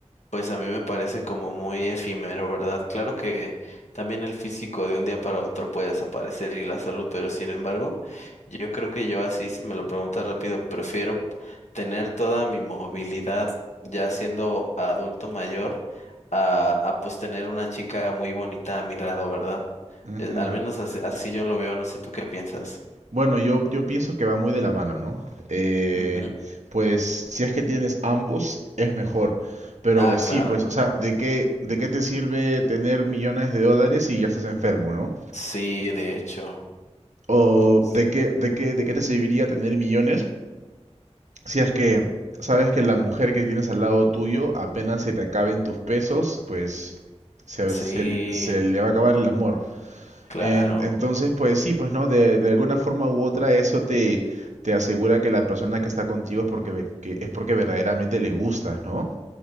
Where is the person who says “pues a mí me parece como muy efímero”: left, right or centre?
Left